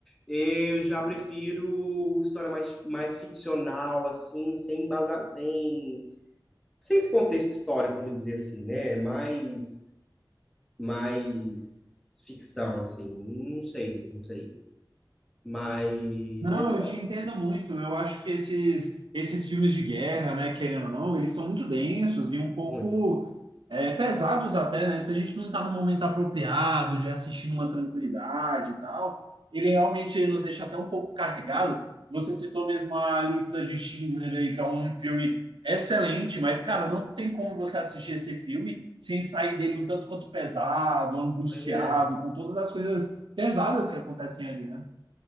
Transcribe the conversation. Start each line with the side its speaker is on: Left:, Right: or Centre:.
Centre: Eu já prefiro história mais, mais ficcional, assim, sem embasar, sem, sem esse contexto histórico, vamos dizer assim, né? Mais, mais ficção, assim. Não sei, não sei. Mas
Right: Não,
Centre: eu gosto
Right: eu te entendo muito. Eu acho que esses, esses filmes de guerra, né, querendo ou não, eles são muito densos e um pouco
Centre: muito.
Right: é, pesados até, né? Se a gente não está no momento apropriado de assistir numa tranquilidade e tal, ele realmente nos deixa até um pouco carregado. Você citou mesmo a lista de Schindler aí, que é um filme excelente, mas, cara, não tem como você assistir esse filme sem sair dele um tanto quanto pesado, angustiado,
Centre: Pois é,
Right: com todas as coisas pesadas que acontecem ali, né?